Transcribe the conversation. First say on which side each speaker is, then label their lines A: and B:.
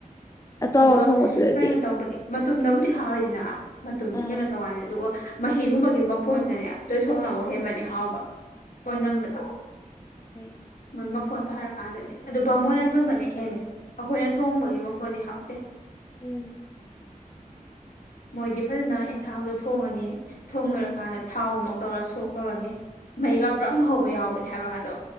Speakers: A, on the left; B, on the left.
A: ꯑꯇꯥꯎꯕ
B: ꯑꯗꯣ
A: ꯊꯣꯡꯕꯗꯨꯗꯗꯤ
B: ꯀꯩꯅꯣ ꯇꯧꯕꯗꯤ ꯃꯇꯨꯝꯗꯕꯨꯗꯤ ꯍꯥꯎꯏꯗꯅ ꯃꯇꯨꯝ
A: ꯑꯥ
B: ꯀꯩꯅꯣ ꯇꯧꯀꯥꯟꯗꯤ ꯑꯗꯨꯒ ꯃꯍꯤꯒꯨꯝꯕꯒꯤ ꯃꯐꯣꯟꯗꯅꯦ ꯇꯣꯏꯊꯣꯡꯅ ꯑꯃꯨꯛ ꯍꯦꯟꯕꯅꯦ ꯍꯥꯎꯕ ꯑꯣꯏꯅꯝꯕꯗꯣ
A: ꯑꯥ ꯍꯣꯏ
B: ꯃꯣꯏ ꯃꯐꯣꯟ ꯇꯥꯔꯛ ꯀꯥꯟꯗꯗꯤ ꯑꯗꯨ ꯕꯥꯃꯣꯟꯅ
A: ꯎꯝ
B: ꯊꯣꯡꯕꯅ ꯍꯦꯜꯂꯤ ꯑꯩꯈꯣꯏꯅ ꯊꯣꯡꯕꯒꯤ ꯃꯐꯣꯟꯗꯤ ꯍꯥꯎꯇꯦ
A: ꯎꯝ
B: ꯃꯣꯏꯗꯤ ꯐꯖꯅ ꯑꯦꯟꯁꯥꯡꯗꯣ ꯊꯣꯡꯉꯅꯤ ꯊꯣꯡ ꯂꯣꯏꯔꯀꯥꯟꯗ
A: ꯎꯝ
B: ꯊꯥꯎ ꯑꯃꯨꯛ ꯇꯧꯔ ꯁꯣꯛ ꯇꯧꯔꯅꯤ ꯃꯩꯒ ꯕ꯭ꯔꯪ ꯍꯧꯕ ꯌꯥꯎꯕꯅꯦ ꯍꯥꯏꯕ ꯑꯗꯣ